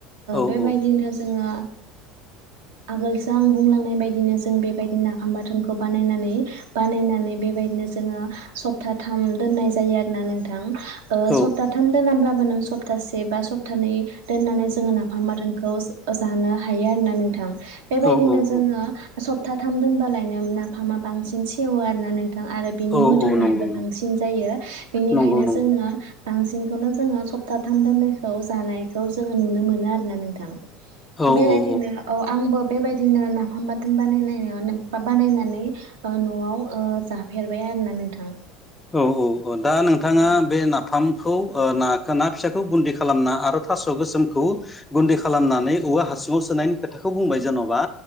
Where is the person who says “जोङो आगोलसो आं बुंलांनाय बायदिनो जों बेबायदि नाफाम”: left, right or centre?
Right